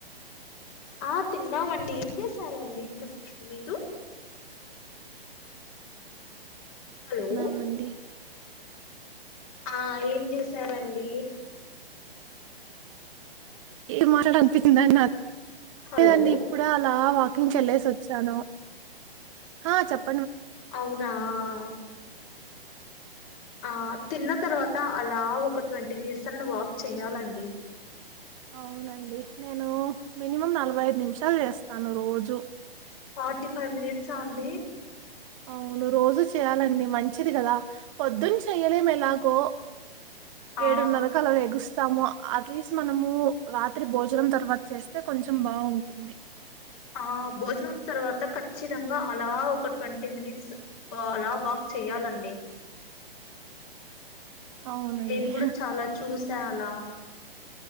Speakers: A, on the left; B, on the right.
A: ఆ తిన్నామండి ఏం చేసారండి ఇంత మీరు హలో
B: తిన్నమండి
A: ఆ ఏం చేసారండి
B: ఏం మాట్లాడ అనిపించింద నాది
A: హలో
B: లేదండి ఇప్పుడే అలా వా వాకింగ్ కి యెళ్లేసి వచ్చాను హ చాప్
A: అవునా ఆ ఆ తిన్న తర్వాత అలా ఒక ట్వంటీ మినిట్స్ అన్నా వాక్ చెయ్యాలండి
B: అవునండి నేను మినిమం నలభై ఐదు నిమిషాలు చేస్తాను రోజు
A: ఫార్టీ ఫైవ్ మినిట్సా అండి
B: అవును రోజూ చెయ్యాలండి మంచిది కదా పొద్దున్న చెయలేము ఎలాగో
A: ఆ
B: ఏడున్నర కల లెగుస్తా తాము అట్లీస్ట్ మనము రాత్రి భోజనం తర్వాత చేస్తే కొంచం బాగుంటుంది
A: ఆ భోజనం తర్వాత ఖచ్చితంగా అలా ఒక ట్వంటీ మినిట్స్ అలా వాక్ చేయ్యాలండి
B: అవునండి
A: నేను కూడా చాలా చూసి చాలా